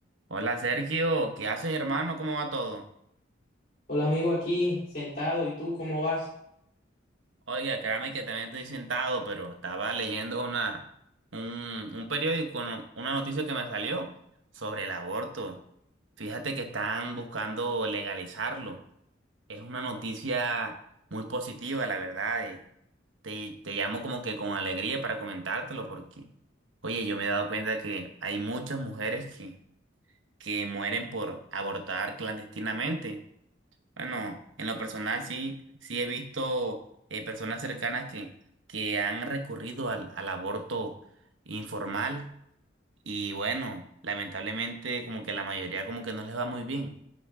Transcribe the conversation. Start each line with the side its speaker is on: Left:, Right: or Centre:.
Right: Hola Sergio, ¿qué haces hermano? ¿Cómo va todo?
Left: Hola amigo, aquí sentado, ¿y tú cómo vas?
Right: Oiga, créame que también estoy sentado, pero estaba leyendo una, un, un periódico, no- una noticia que me salió sobre el aborto. Fíjate que están buscando legalizarlo. Es una noticia muy positiva, la verdad. eh. Te, te llamo como que con alegría para comentártelo porque, oye, yo me he dado cuenta que hay muchas mujeres que, que mueren por abortar clandestinamente. Bueno, en lo personal sí, sí he visto eh, personas cercanas que, que han recurrido al, al aborto informal y bueno, lamentablemente como que la mayoría como que no les va muy bien,